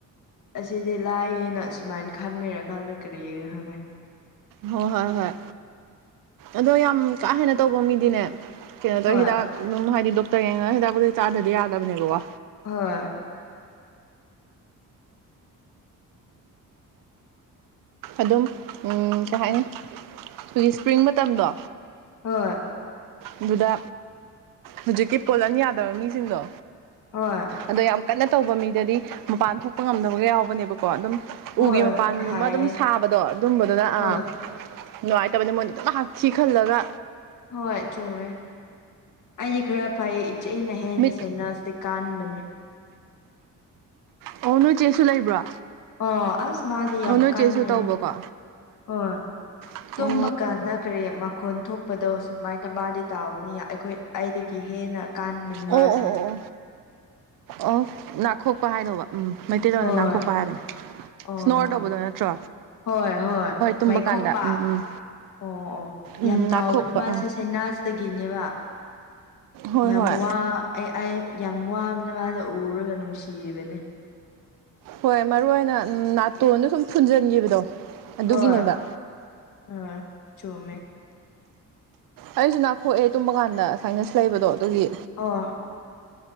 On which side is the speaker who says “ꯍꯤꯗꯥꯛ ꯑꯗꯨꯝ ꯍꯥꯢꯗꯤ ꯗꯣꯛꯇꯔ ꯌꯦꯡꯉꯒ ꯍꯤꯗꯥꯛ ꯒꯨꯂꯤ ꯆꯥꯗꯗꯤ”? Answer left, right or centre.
Right